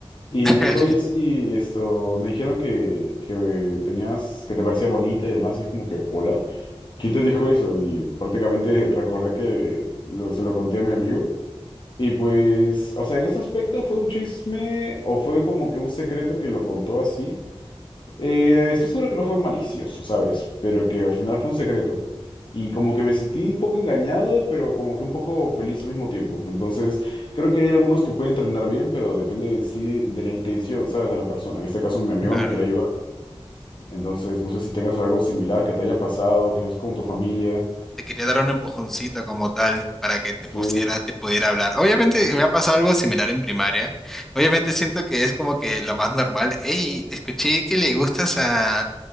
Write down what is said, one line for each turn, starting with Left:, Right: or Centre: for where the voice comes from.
Left: Y
Centre: <laughs>
Left: me dijo, oye, sí, esto, me dijeron que, que tenías, que te parecía bonita y demás y es como que, hola, ¿quién te dijo eso? Y prácticamente <laughs> recordé que lo- se lo conté a mi amigo. Y pues, o sea, en ese aspecto fue un chisme o fue como que un secreto que lo contó así. Eh, estoy seguro que no fue malicioso, ¿sabes? Pero que al final fue un secreto. Y como que me sentí un poco engañado, pero como que un poco feliz al mismo tiempo. Entonces, creo que hay algunos que pueden terminar bien, pero depende de sí, de la intención, ¿sabes? De la persona. En este caso, mi amigo
Centre: claro.
Left: me quería ayudar. Entonces, no sé si tengas algo similar que te haya pasado, que es con tu familia.
Centre: Te quería dar un empujoncito como tal para que te
Left: Sí.
Centre: pusiera, te pudiera hablar. Obviamente me ha pasado algo similar en primaria. Obviamente siento que es como que lo más normal. Hey, escuché que le gustas a,